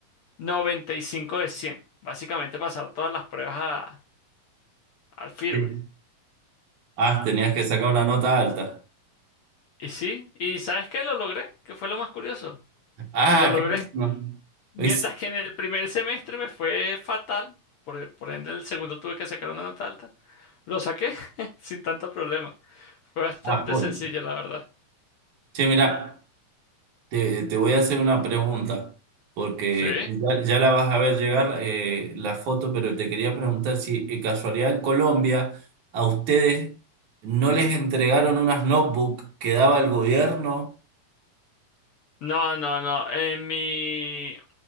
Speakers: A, on the left (about 65°); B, on the right (about 65°).
A: 95 de cien Básicamente pasar todas las pruebas a- al firme.
B: Sí. Ah, tenías que sacar una nota alta.
A: Y sí, y ¿sabes qué? Lo logré, que fue lo más curioso.
B: Ah,
A: Lo logré.
B: qué bueno.
A: Mientras
B: ¿Ves?
A: que en el primer semestre me fue fatal, por, por ende el segundo tuve que sacar una nota alta. Lo saqué <laughs> sin tanto problema. Fue bastante
B: Ah, joya.
A: sencillo, la verdad.
B: Che, mirá. Te, te voy a hacer una pregunta, porque
A: Sí.
B: ya, ya la vas a ver llegar eh, la foto, pero te quería preguntar si eh, casualidad en Colombia a ustedes no les entregaron unas notebooks que daba el gobierno.
A: No, no, no. En mi,